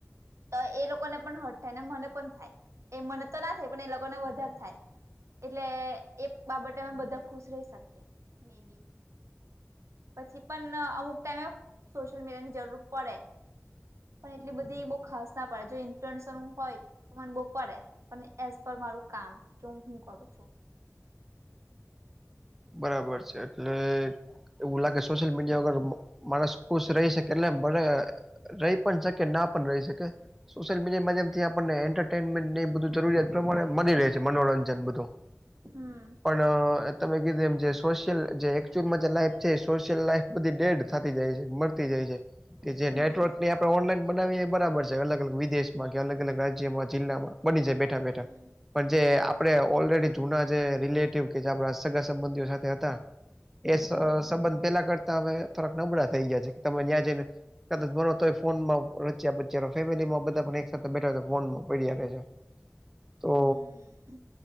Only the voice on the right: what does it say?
તો એ લોકો ને પણ હર્ટ થાય ને મને પણ થાય એ મને તો ના થાય પણ એ લોકોને વધારે થાય. એટલે એ બાબતે અમે બધા ખુશ રહી શકીએ. મે બી પછી પણ અમુક ટાઈમે સોશિયલ મીડિયા ની જરૂર પડે. પણ એટલી બધી બહુ ખાસ ના પડે જો ઈન્ફ્લુએન્સર હું હોય, તો મને બો પડે પણ એસ પર મારું કામ કે હું કરું છું.
હમ.
હમ
હમ
હમ